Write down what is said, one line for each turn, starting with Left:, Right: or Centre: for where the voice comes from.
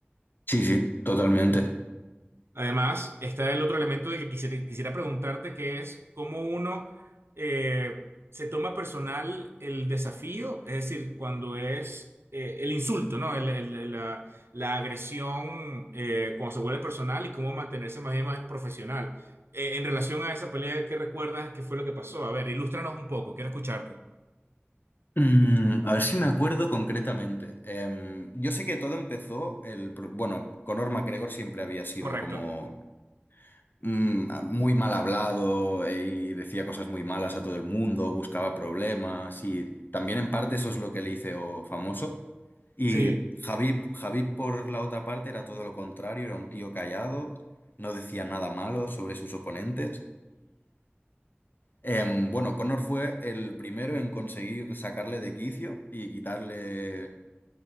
Left: Sí, sí, totalmente.
Right: Además, está el otro elemento de que quisiera, quisiera preguntarte, que es cómo uno eh, se toma personal el desafío, es decir, cuando es eh, el insulto, ¿no? El- el- la, la agresión, eh, cuando se vuelve personal y cómo mantenerse más bien más profesional. Eh, en relación a esa pelea, ¿qué recuerdas? ¿Qué fue lo que pasó? A ver, ilústranos un poco, quiero escucharte.
Left: Mm, a ver si me acuerdo concretamente. Em, yo sé que todo empezó el, pro- bueno, Conor McGregor siempre había sido
Right: Correcto.
Left: como mm, muy mal hablado eh, y decía cosas muy malas a todo el mundo, buscaba problemas y también en parte eso es lo que le hizo famoso. Y
Right: Sí,
Left: Javib, Javib por la otra parte era todo lo contrario, era un tío callado, no decía nada malo sobre sus oponentes Em, bueno, Connor fue el primero en conseguir sacarle de quicio y quitarle